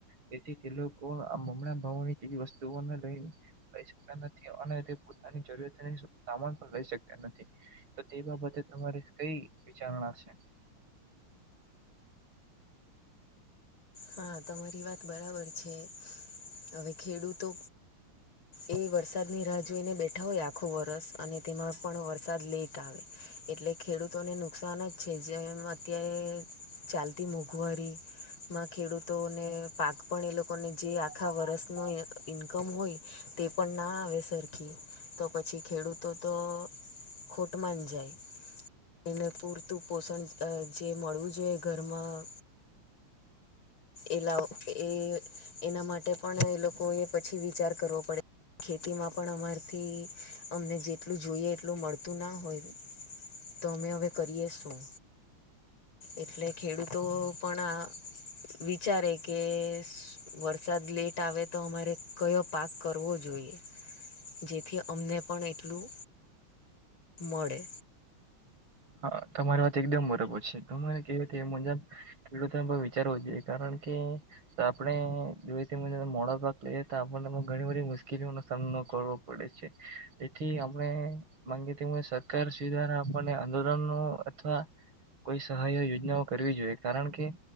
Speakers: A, on the right; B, on the left.
A: તેથી તે લોકો આ મમણાં ભાવની જેવી વસ્તુઓને લઈન કહી શકતા નથી અને તે પોતાની જરૂરિયાત સામાન પણ લઈ શકતા નથી તો તે બાબતે તમારે કઈ વિચારણા છે.
B: હા તમારી વાત બરાબર છે. હવે ખેડૂતો એ વરસાદની રાહ જોઈને બેઠા હોય આખું વરષ. અને તેમાં પણ વરસાદ લેટ આવે એટલે ખેડૂતોને નુકસાન જ છે. જેમ અત્યારે ચાલતી મોંઘવારી મા ખેડૂતોને પાક પણ એ લોકોને જે આખા વર્ષમાં ઇન્કમ હોય તે પણ ના આવે સરખી તો પછી ખેડૂતો તો ખોટમાં જ જાય એને પૂરતું પોષણ અ જે મળવું જોઈએ ઘરમાં એ લાવ એ એના માટે પણ એ લોકો એ પછી વિચાર કરવો પડે. ખેતીમાં પણ અમારથી અમને જેટલું જોઈએ એટલું મળતું ના હોય. તો અમે હવે કરીએ શું એટલે ખેડૂતો પણ આ વિચારે કે વરસાદ લેટ આવે તો અમારે કયો પાક કરવો જોઈએ. જેથી અમને પણ એટલું મળે.
A: હા તમારી વાત એકદમ બરોબર છે તને કેવી મુજબ ખેડૂતોને વિચારવો જ જોઈએ કારણ કે તો આપણે જોઈ મોડા પાક લઈએ તો આપણને ઘણી બધી મુશ્કેલીઓનો સામનો કરવો. પડે છે એથી આપને માંગી સરકાર સુધા આપણને. આંદોલન અથવા કોઈ સહાય યોજનાઓ કરવી જોઈએ કારણ કે